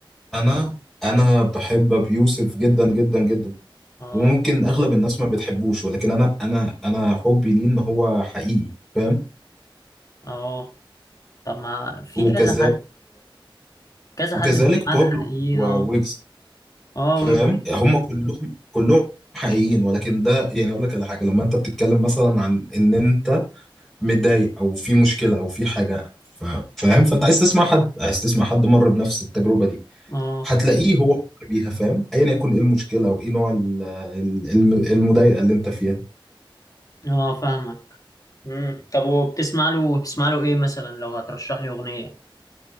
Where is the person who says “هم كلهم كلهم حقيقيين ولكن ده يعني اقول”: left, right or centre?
Centre